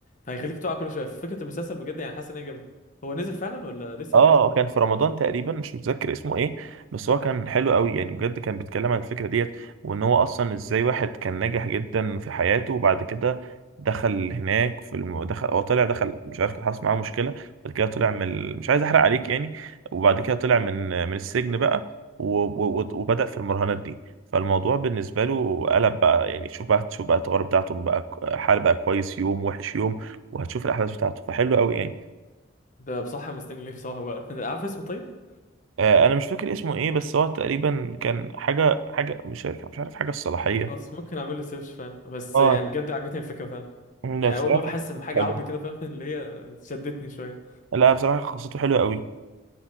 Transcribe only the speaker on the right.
اه
آه، كان في رمضان تقريبا مش متذكر اسمه ايه بس هو كان حلو قوي يعني بجد كان بيتكلم عن الفكره ديت وان هو اصلا ازاي واحد كان ناجح جدا في حياته وبعد كده دخل هناك في الم... دخل هو طلع دخل مش عارف كان حصل معاه مشكله بعد كده طلع من ال... مش عايز احرق عليك يعني وبعد كده طلع من من السجن بقى و... و... و- وبدأ في المراهنات دي فالموضوع بالنسبه له قلب بقى يعني شوف بقى شوف بقى التجارب بتاعته بقى حال بقى كويس يوم وحش يوم وهتشوف الاحداث بتاعته فحلو قوي يعني
آه، انا مش فاكر اسمه ايه بس هو تقريبا كان حاجه حاجه مش فاكر- مش عارف حاجه الصلاحيه
اه
لا
بصراحه
كانت قصته
حلوه
لا بصراحه قصته حلوه قوي